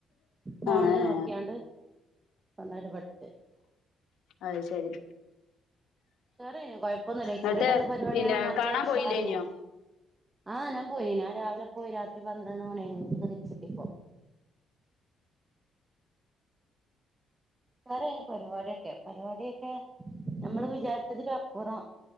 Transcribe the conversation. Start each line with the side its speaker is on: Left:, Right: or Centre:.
Right: ഫോണില്
Left: ആഹ് ആഹ്
Right: നോക്കിയാണ്ട് സ്വന്തായിട്ട് പഠിച്
Left: അയ് ശരി
Right: ഉഷാറേനി കൊയപ്പൊന്നുല്ല ഇക്കുറിക്കത്തെ
Left: എന്നിട്ട്
Right: പരിപാടിയാ
Left: പിന്നെ
Right: നല്ല
Left: കാണാൻ
Right: ഉഷാറേനി
Left: പോയില്ലേനോ
Right: ആഹ് ഞാൻ പോയി ഞാ രാവിലെ പോയി രാത്രി പന്ത്രണ്ട് മണിയായിനു വീട്ട്ക് തിരിച്ചെത്തിയപ്പോ ഉഷാറേനി പരിവാടിയൊക്കെ പരിവാടിയൊക്കെ നമ്മള് വിചാരിച്ചതിലും അപ്പുറം